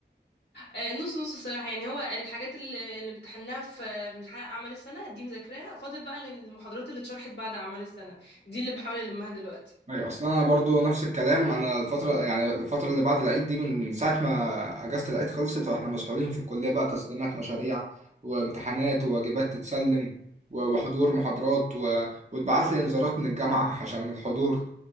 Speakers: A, on the left; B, on the right.
A: آه، نص نص الصراحة يعني هو الحاجات اللي اللي امتحناها في في امتحان أعمال السنة دي مذاكراها فاضل بقى المحاضرات اللي اتشرحت بعد أعمال السنة دي اللي بحاول ألمها دلوقتي
B: ايوه اصلا انا برضو نفس الكلام انا الفتره يعني الفتره اللي بعد العيد دي من ساعه ما اجازه العيد خلصت واحنا مسحولين في الكليه بقى تسليمات مشاريع وامتحانات وواجبات تتسلم و- وحضور محاضرات و... واتبعت لي انذارات من الجامعه عشان الحضور